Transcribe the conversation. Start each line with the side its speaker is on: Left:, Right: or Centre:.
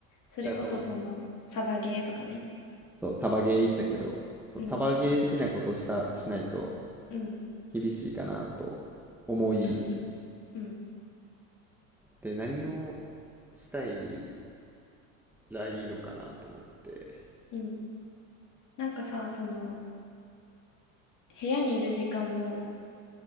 Left: それこそその、
Centre: だからその、
Left: サバゲーとかね。
Centre: そう、サバゲー行ったけど、そう、
Left: うん、
Centre: サバゲー的なことをした、しないと
Left: うん、
Centre: 厳しいかなと思い、
Left: うん、うん、うん、
Centre: で、何をしたいらいいのかなと思って。
Left: うん。なんかさ、その、部屋にいる時間も、